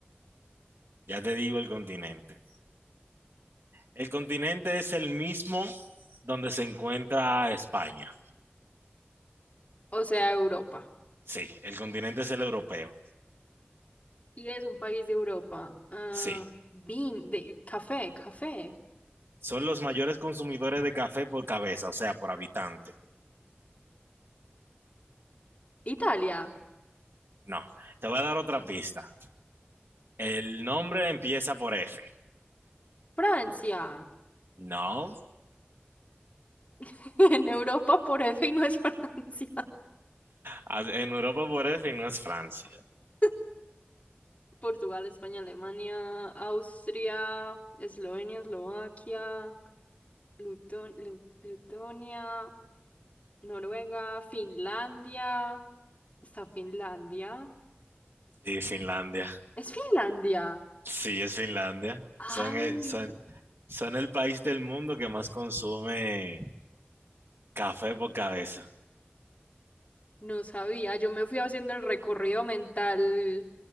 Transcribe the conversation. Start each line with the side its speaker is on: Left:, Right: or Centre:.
Right: Ya te digo el continente. El continente es el mismo donde se encuentra España.
Left: o sea, Europa.
Right: Sí, el continente es el europeo.
Left: Y es un país de Europa. Ah,
Right: Sí,
Left: vin- de café, café.
Right: son los mayores consumidores de café por cabeza, o sea, por habitante.
Left: Italia,
Right: No, te voy a dar otra pista. El nombre empieza por F.
Left: Francia.
Right: No,
Left: <laughs> En Europa por F y no es Francia.
Right: a- en Europa por F y no es Francia.
Left: <laughs> Portugal, España, Alemania, Austria, Eslovenia, Eslovaquia, Luton- Lu- Letonia, Noruega, Finlandia. ¿Está Finlandia?
Right: Sí, Finlandia.
Left: ¿Es Finlandia?
Right: Sí, es Finlandia.
Left: Ay,
Right: Son, eh, son, son el país del mundo que más consume café por cabeza.
Left: no sabía. Yo me fui haciendo el recorrido mental